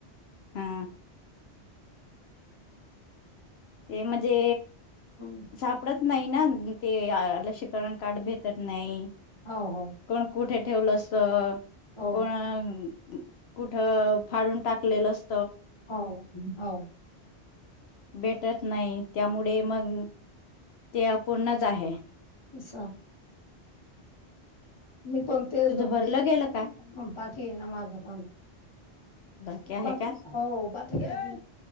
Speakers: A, on the left; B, on the left.
A: हा ते म्हणजे,
B: हं,
A: सापडत नाहीना. ते लसीकरण कार्ड भेटत नाई.
B: हो हो
A: कोण कुठे ठेवलं असं
B: हो
A: कोण अ कुठ फाडून टाकलेलं अस
B: हो हो.
A: भेटत नाही, त्यामुळे मग ते अपूर्णच आहे.
B: असा. मीपण तेच
A: तुझं
B: ग म्हणजे,
A: भरलं गेलं का
B: बाकी आहे ना माझं पण.
A: बाकी आहे
B: बाकीस,
A: का
B: हो बाकी
A: हम्म